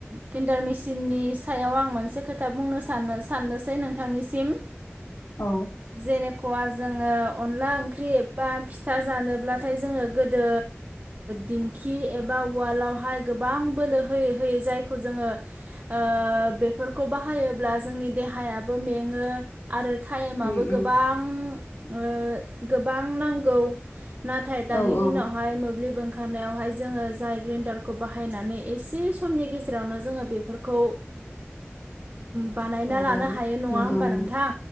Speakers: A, on the right (about 40°); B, on the left (about 60°).
A: ग्रिन्दार मेसिननि सायाव आं मोनसे खोथा बुंनो सानो साननोसै नोंथांनिसिम
B: औ
A: जेनेख जोङो अनला ओंख्रि एबा फिथा जानोब्लाथाय जोङो गोदो दिंखि एबा बा उवालावहाय गोबां बोलो होयै होयै जायखौ जोङो ओ बेफोरखौ बाहायोब्ला जोंनि देहायाबो मेङो आरो टाइमाबो
B: उम
A: गोबां
B: उम
A: ओ गोबां नांगौ नाथाय दानि
B: औ औ
A: दिनावहाय मोब्लिब ओंखारनायावहाय जोङो जाय ग्रिनदार खौ बाहायनानै एसे समनि गेजेरावनो जोङो बेफोरखौ। बानायना
B: औ
A: लानो
B: औ
A: हायो नङा
B: नंगौ
A: होमबा
B: नंगौ
A: नोंथां